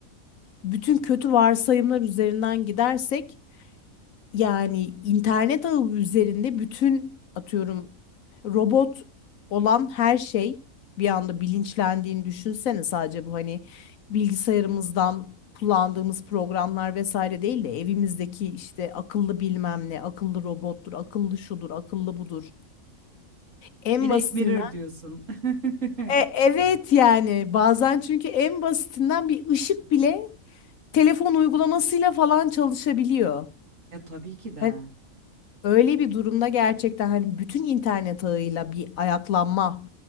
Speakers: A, on the left; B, on the right.
A: Bütün kötü varsayımlar üzerinden gidersek yani internet ağı üzerinde bütün atıyorum robot olan her şey bir anda bilinçlendiğini düşünsene sadece bu hani bilgisayarımızdan kullandığımız programlar vesaire değil de evimizdeki işte akıllı bilmem ne, akıllı robottur, akıllı şudur, akıllı budur. En
B: Black
A: basitinden.
B: Mirror diyorsun. <laughs>
A: E, evet yani bazen çünkü en basitinden bir ışık bile telefon uygulamasıyla falan çalışabiliyor.
B: Ya tabii ki de.
A: Hani Öyle bir durumda gerçekten hani bütün internet ağıyla bir ayaklanma,